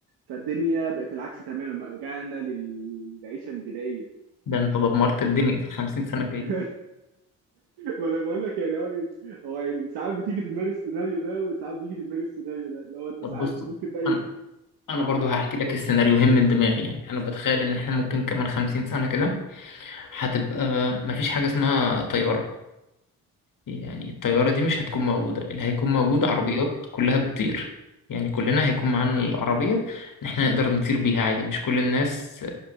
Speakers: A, on the right (about 85°); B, on the left (about 60°).
A: فالدنيا بقت العكس تماما بقى رجعنا للعيشة البدائية
B: ده انت دمرت الدنيا في الخمسين سنه الجايين
A: <laughs> وانا بقول لك يعني هو إيه، هو يعني ساعات بتيجي في دماغي السيناريو ده وساعات بيجي في دماغي السيناريو ده لو انت
B: طب
A: ساعات
B: بص
A: ممكن بقى ايه
B: انا انا برضه هحكي لك
A: و-
B: السيناريوهين من دماغي يعني انا بتخيل ان احنا ممكن كمان خمسين سنه كده هتبقى مفيش حاجه اسمها طياره يعني الطيارة
A: م-
B: دي مش هتكون موجودة اللي هيكون موجود
A: امال
B: مم. عربيات
A: ايه
B: كلها بتطير يعني كلنا هيكون معانا العربية إن إحنا نقدر نطير بيها عادي مش كل الناس